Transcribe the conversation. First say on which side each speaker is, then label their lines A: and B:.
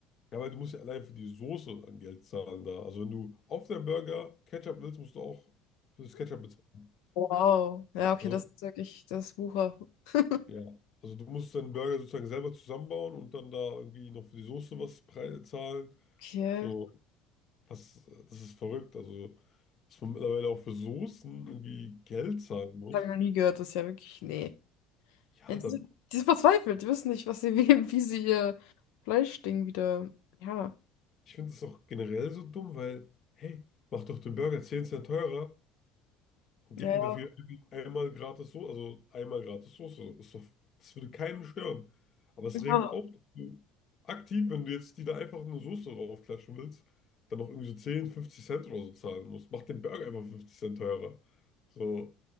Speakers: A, on the left (about 40°); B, on the left (about 80°).
A: weil du musst ja allein für die Soße an Geld zahlen da. Also wenn du auf deinen Burger Ketchup willst, musst du auch für das Ketchup bezahlen.
B: Wow. Ja, okay,
A: Also,
B: das ist wirklich, das ist Wucher. <laughs>
A: ja. Also du musst deinen Burger sozusagen selber zusammenbauen und dann da irgendwie noch für die Soße was prei- zahlen.
B: Okay.
A: So. Das, das ist verrückt. Also, dass man mittlerweile auch für Soßen irgendwie Geld zahlen muss.
B: Das habe ich noch nie gehört, das ist ja wirklich. Nee.
A: Ja,
B: Ja, die
A: dann,
B: sind, die sind verzweifelt, die wissen nicht, was sie, <laughs> wie, wie sie ihr Fleischding wieder. Ja.
A: ich finde es auch generell so dumm, weil, hey, mach doch den Burger 10 Cent teurer und
B: Ja,
A: gib mir
B: ja.
A: dafür irgendwie einmal gratis Soße, also einmal gratis Soße. Ist doch, das würde keinen stören. Aber es
B: Ja.
A: regt auf, dass du aktiv, wenn du jetzt die da einfach eine Soße draufklatschen willst, dann noch irgendwie so 10, 50 Cent oder so zahlen musst. Mach den Burger einfach 50 Cent teurer. So,